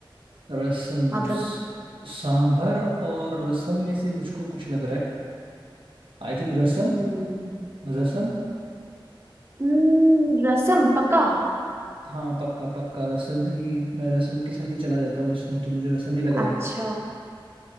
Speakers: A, on the right (about 75°); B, on the right (about 30°).
A: रसम
B: आप
A: स-
B: बताओ
A: सांभर और रसम में से मुझको कुछ लग रहा है आई थिंक रसम
B: हम्म
A: रसम
B: हम्म रसम पक्का
A: हाँ पक्का पक्का रसम ही मैं रसम के साथ ही चला जाता हूँ इसमें तो मुझे रसम ही लग
B: अच्छा
A: रहा